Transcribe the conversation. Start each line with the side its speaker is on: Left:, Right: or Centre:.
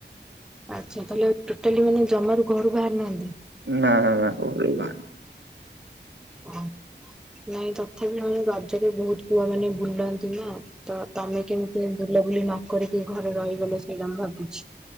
Centre: ଆଚ୍ଛା ତାହେଲେ ଟୋଟାଲି ମାନେ ଜମାରୁ ଘରୁ ବାହାରି ନାହାନ୍ତି।
Right: ନା ନା ଘରୁ ବାହାରିନି।
Centre: ହଁ। ନାଇଁ ତଥାପି ନ ରଜରେ ବହୁତ ପୁଅ ମାନେ ବୁଲନ୍ତି ନା। ତ ତମେ କେମିତି ବୁଲାବୁଲି ନ କରିକି ଘରେ ରହିଗଲେ ସେଇଟା ମୁ ଭାବୁଛି।